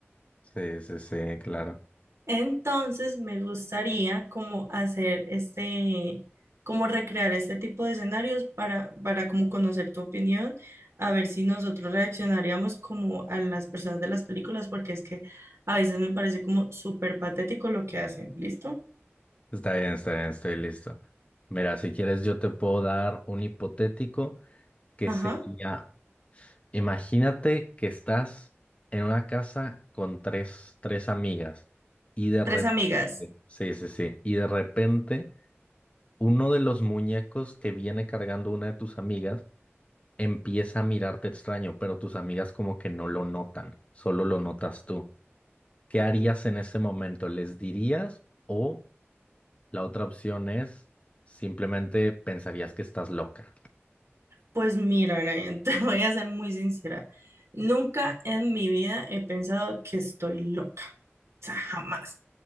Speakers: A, on the left (about 30°); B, on the right (about 80°).
A: Sí, sí, sí, claro.
B: Entonces me gustaría como hacer este, como recrear este tipo de escenarios para, para como conocer tu opinión, a ver si nosotros reaccionaríamos como a las personas de las películas, porque es que a veces me parece como súper patético lo que hacen, ¿listo?
A: Está bien, está bien, estoy listo. Mira, si quieres yo te puedo dar un hipotético que
B: Ajá.
A: sería, imagínate que estás en una casa con tres, tres amigas y de
B: Tres
A: repente,
B: amigas.
A: sí, sí, sí, y de repente uno de los muñecos que viene cargando una de tus amigas empieza a mirarte extraño, pero tus amigas como que no lo notan, solo lo notas tú. ¿Qué harías en ese momento? ¿Les dirías? O la otra opción es simplemente pensarías que estás loca. <laughs>
B: Pues mira, Brian, <laughs> te voy a ser muy sincera. Nunca en mi vida he pensado que estoy loca. O sea, jamás.